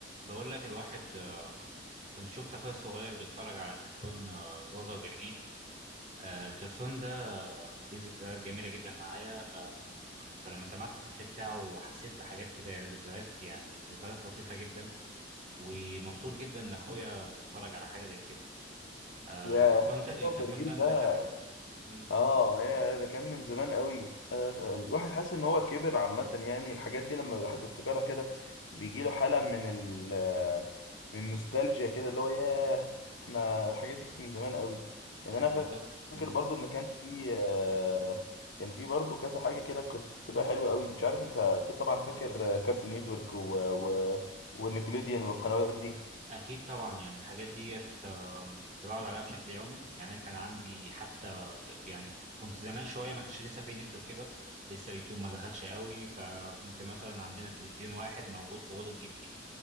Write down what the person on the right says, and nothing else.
بقول لك الواحد آه، كنت شفت اخويا الصغير بيتفرج على كرتون آه، زازا وجرجير آه، الكرتون ده آه، ليه ذكريات جميله جدا معايا آه، فلما سمعت التتر بتاعه حسيت بحاجات كده يعني ذكريات يعني ذكريات لطيفه جدا ومبسوط جدا ان اخويا بيتفرج على حاجه زي كده آه،
الكرتون ده الكرتون
ده انت
فاكره مم،
بالظبط
مم.
اكيد طبعا يعني الحاجات ديت آه، كنت بقعد عليها بشكل يومي يعني انا كان عندي حتى يعني كنت زمان شويه ما كانش لسه في نت وكده لسه اليوتيوب ما دخلش قوي فكنت مثلا عندنا تلفزيون واحد موجود في اوضه جدي